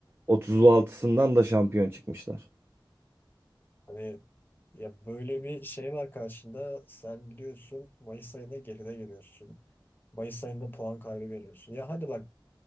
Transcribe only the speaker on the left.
hani ya böyle bir şey var karşında. Sen gidiyorsun Mayıs ayına geride giriyorsun. Mayıs ayında puan kaybı veriyorsun. Ya hadi bak